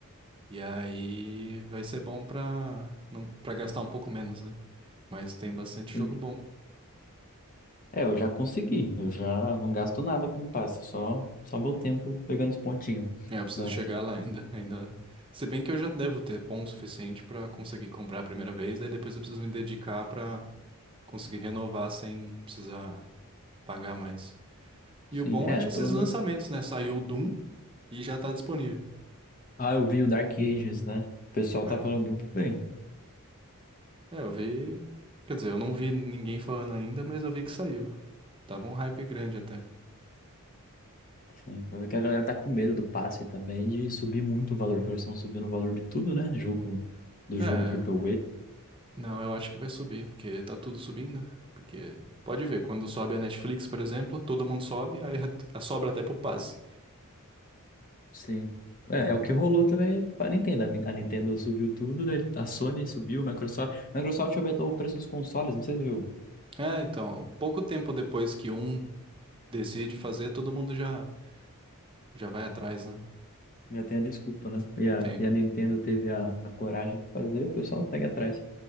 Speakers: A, on the right (about 25°); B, on the left (about 40°).
A: E aí vai ser bom pra não para gastar um pouco menos, né? Mas tem bastante
B: Sim.
A: jogo bom.
B: É, eu já consegui. Eu já não gasto nada com o passe, só, só meu tempo pegando os pontinhos,
A: É, eu preciso
B: né?
A: chegar lá ainda, <laughs> ainda. Se bem que eu já devo ter ponto suficiente pra conseguir comprar a primeira vez, aí depois eu preciso me dedicar pra conseguir renovar sem precisar pagar mais. E
B: Sim,
A: o bom
B: é,
A: é
B: acho
A: esses
B: que pelo
A: lançamentos,
B: menos.
A: né? Saiu o Doom e já tá disponível.
B: Ah, eu vi o Dark Ages, né? O pessoal
A: É.
B: tá falando muito bem.
A: É, eu vi. Quer dizer, eu não vi ninguém falando ainda, mas eu vi que saiu. Tava um hype grande até.
B: Sim, mas é que a galera tá com medo do passe também de subir muito o valor, porque eles estão subindo o valor de tudo, né? Jogo, do
A: É,
B: jogo triple A
A: não, eu acho que vai subir, porque tá tudo subindo. Porque pode ver, quando sobe a Netflix, por exemplo, todo mundo sobe, aí a- sobra até pro passe.
B: sim. É, é o que rolou também para a Nintendo. A Mi- a Nintendo subiu tudo, daí a Sony subiu, a Microsoft. A Microsoft aumentou o preço dos consoles, não sei se você viu.
A: É, então, pouco tempo depois que um decide fazer, todo mundo já já vai atrás, né?
B: Já tem a desculpa, né? E a,
A: Tem,
B: e a Nintendo teve a, a coragem de fazer, o pessoal segue atrás.